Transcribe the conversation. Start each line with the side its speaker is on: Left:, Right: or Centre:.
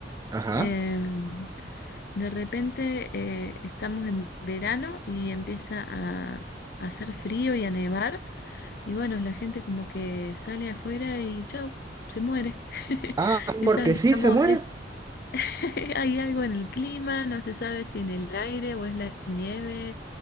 Right: Ajá.
Left: Em, de repente eh, estamos en verano y empieza a, a hacer frío y a nevar y bueno, la gente como que sale afuera y chau, se muere. <laughs>
Right: Ah, sí,
Left: Esa,
Right: porque
Left: digamos,
Right: sí, se muere.
Left: <laughs> Hay algo en el clima, no se sabe si en el aire o es la nieve